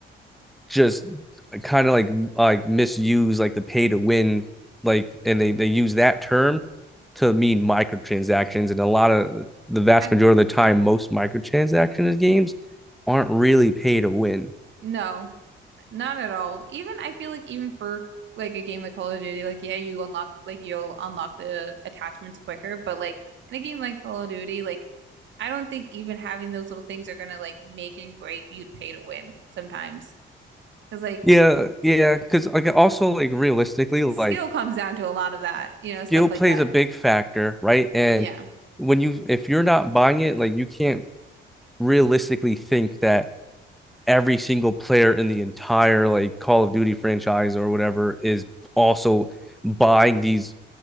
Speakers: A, in the centre; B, on the right.
A: just kind of like like misuse like the pay to win like and they they use that term to mean microtransactions and a lot of
B: <laughs>
A: the vast
B: I
A: majority of the time most microtransactions games aren't really pay to win
B: no. Not at all. Even I feel like even for like a game like Call of Duty, like yeah, you unlock like you'll unlock the attachments quicker, but like in a game like Call of Duty, like I don't think even having those little things are gonna like make and break you to pay to win sometimes. Because like
A: yeah yeah because like also like realistically like
B: skill comes down to a lot of that, you know,
A: skill
B: stuff
A: plays
B: like that.
A: a big factor, right? And
B: Yeah.
A: when you if you're not buying it, like you can't realistically think that every single player in the entire like Call of Duty franchise or whatever is also buying these